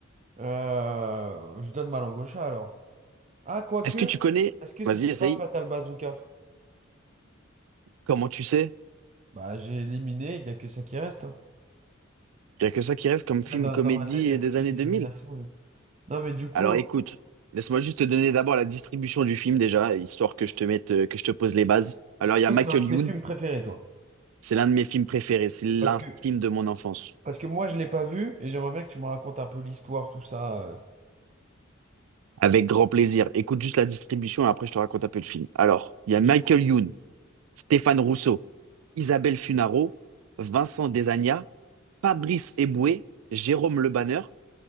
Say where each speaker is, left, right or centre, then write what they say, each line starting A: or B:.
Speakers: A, on the right; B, on the right.
A: Euh, Je donne ma langue au chat alors. Ah, quoique,
B: Est-ce que tu connais,
A: est-ce que ce
B: vas-y,
A: serait
B: essaye,
A: pas Fatal Bazooka?
B: comment tu sais?
A: Bah, j'ai éliminé, il y a que ça qui reste. hein.
B: Il n'y a que ça qui reste comme film
A: Là, Dans,
B: comédie
A: dans ma tête, j'ai fait
B: des années
A: l'élimination.
B: 2000.
A: ouais. Non, mais du coup,
B: Alors écoute, laisse-moi juste te donner d'abord la distribution du film déjà, histoire que je te mette, euh, que je te pose les bases. Alors il y
A: Toi,
B: a Michael
A: c'est un de tes
B: Youn,
A: films préférés, toi.
B: c'est l'un de mes films préférés, c'est l'un
A: Parce que,
B: film de mon enfance.
A: parce que moi, je l'ai pas vu et j'aimerais bien que tu me racontes un peu l'histoire, tout ça. euh.
B: Avec grand plaisir. Écoute juste la distribution et après je te raconte un peu le film. Alors, il y a
A: J'ai-
B: Michael Youn, Stéphane Rousseau, Isabelle Funaro, Vincent Desagna, Fabrice Eboué, Jérôme Le Banner,